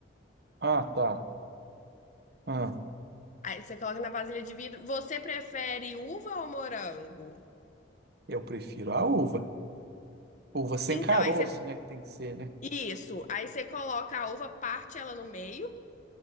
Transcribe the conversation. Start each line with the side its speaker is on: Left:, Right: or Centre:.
Right: Ah, tá. Ah,
Left: Aí você coloca na vasilha de vidro. Você prefere uva ou morango?
Right: eu prefiro a uva. Uva sem
Left: Então,
Right: caroço,
Left: aí você.
Right: né? Que tem que ser, né?
Left: Isso. Aí você coloca a uva, parte ela no meio